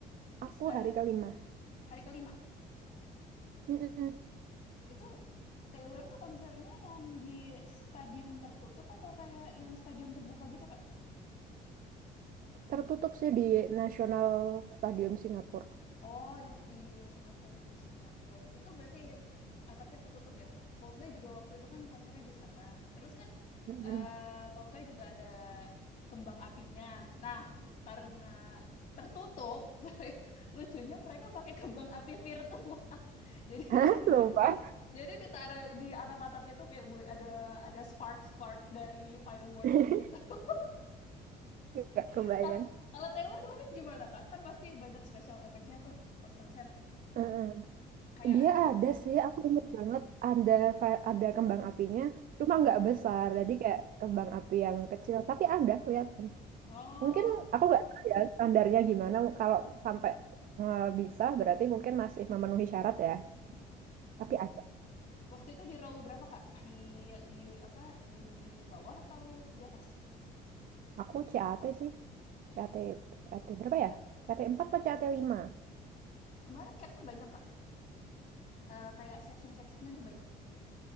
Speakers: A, on the left; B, on the right.
A: Terus
B: Aku
A: ke
B: hari kelima.
A: hari kelima
B: Mm-mm.
A: itu Taylor tuh konsernya yang di stadium tertutup atau kayak yang stadium terbuka gitu kak
B: Tertutup sih di National Stadium Singapura.
A: Oh, di, di National Stadium Singapura. Itu berarti atapnya ketutup ya? Coldplay juga waktu itu kan konsernya di sana. Terus kan
B: Mm-mm.
A: eh, Coldplay juga ada kembang apinya. Nah, karena tertutup, <laughs> lucunya mereka pakai kembang api virtual. <laughs> jadi
B: Hah?
A: di
B: Lupa?
A: di jadi ditaruh di atap-atapnya tuh kayak ada ada spark-spark dari fireworknya
B: <laughs>
A: gitu. <laughs>
B: Nggak kebayang.
A: Ka- Kalau Taylor kemarin gimana kak? Kan pasti banyak special efeknya tuh pas konser
B: Mm-mm.
A: kayak
B: Dia
A: ada
B: ada sih, aku ingat banget ada fi- ada kembang apinya, cuma
A: Mm-mm.
B: nggak besar, jadi kayak kembang api yang kecil, tapi ada kelihatan.
A: oh
B: Mungkin aku nggak tahu ya standarnya gimana, kalau sampai eh, bisa berarti mungkin masih memenuhi syarat ya.
A: Mm-mm.
B: Tapi ada.
A: waktu itu di row berapa kak di di apa di bawah atau di atas
B: Aku CAT sih. CAT, CAT berapa ya? CAT 4 atau CAT lima
A: kemarin catnya banyak kak Eh, kayak section sectionnya tuh banyak